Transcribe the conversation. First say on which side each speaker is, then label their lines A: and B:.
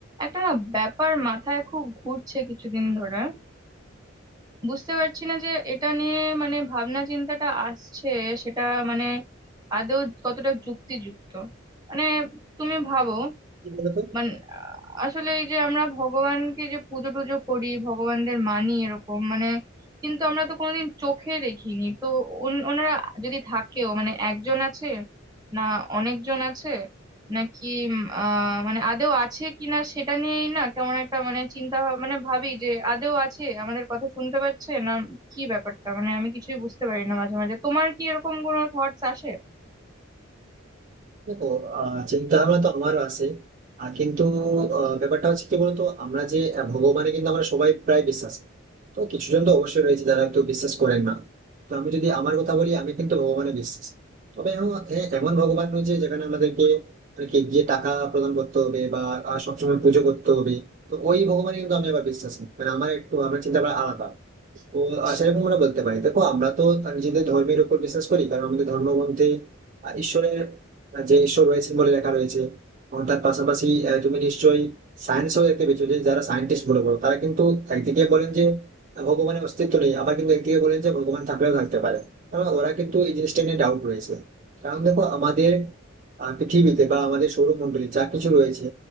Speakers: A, on the right (about 20°); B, on the right (about 40°).
A: একটা না ব্যাপার মাথায় খুব ঘুরছে কিছুদিন ধরে বুঝতে পারছি না যে এটা নিয়ে মানে ভাবনা চিন্তাটা আসছে সেটা মানে আদৌ কতটা যুক্তিযুক্ত মানে তুমি ভাবো
B: কি বলতো
A: মানে আহ, আসলে এই যে আমরা ভগবানকে যে পুজো টুজো করি ভগবানদের মানি এরকম মানে কিন্তু আমরা তো কোনোদিন চোখে দেখিনি তো উন- ওনারা যদি থাকেও মানে একজন আছে না অনেকজন আছে নাকি উম, আহ মানে আদেও আছে কিনা সেটা নিয়েই না কেমন একটা মানে চিন্তা ভাব- মানে ভাবি যে আদেও আছে আমাদের কথা শুনতে পাচ্ছে না কি ব্যাপারটা মানে আমি কিছুই বুঝতে পারি না মাঝে মাঝে তোমার কি এরকম কোনো থটস আসে
B: দেখো আহ, চিন্তাভাবনা তো আমারও আছে আহ, কিন্তু আহ, ব্যাপারটা হচ্ছে কি বলতো আমরা যে আহ, ভগবানে কিন্তু আমরা সবাই প্রায় বিশ্বাস করি। তো কিছু জন তো অবশ্যই রয়েছে যারা হয়তো বিশ্বাস করেন না তো আমি যদি আমার কথা বলি আমি কিন্তু ভগবানে বিশ্বাস তবে হ্যাঁ হ্যাঁ, এমন ভগবান নয় যে যেখানে আমাদেরকে আর কি গিয়ে টাকা প্রদান করতে হবে বা আহ, সবসময় পুজো করতে হবে তো ওই ভগবানে কিন্তু আমি আবার বিশ্বাস নেই মানে আমার একটু আমার চিন্তা ভাবনা আলাদা তো আহ, সেরকম আমরা বলতে পারি দেখো আমরা তো তার নিজেদের ধর্মের উপর বিশ্বাস করি কারণ আমাদের ধর্মগ্রন্থে আহ, ঈশ্বরের আহ, যে ঈশ্বর রয়েছেন বলে লেখা রয়েছে এবং তার পাশাপাশি আহ, তুমি নিশ্চয়ই সায়েন্সও দেখতে পেয়েছো যে যারা সায়েন্টিস্ট বলে বলো তারা কিন্তু একদিকে বলেন যে আহ, ভগবানের অস্তিত্ব নেই আবার কিন্তু একদিকে বলেন যে ভগবান থাকলেও থাকতে পারে কারণ ওরা কিন্তু এই জিনিসটা নিয়ে ডাউট রয়েছে কারণ দেখো আমাদের আহ, পৃথিবীতে বা আমাদের সৌরমণ্ডলে যা কিছু রয়েছে